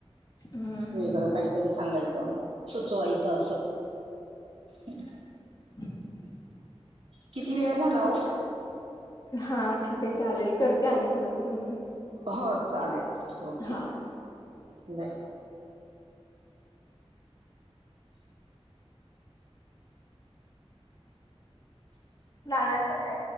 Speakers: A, on the left; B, on the right.
A: हम्म हम्म
B: वेगडं काहीतरी सांगायचं म्ह सुचवायचं असं ह
A: ह <inaudible>
B: किती वेळा झाला हो
A: हा ठीक आहे चालेल करते आणि परत कॉल मी
B: हो चालेल ओके
A: हा
B: बाय
A: नानाचाच आहे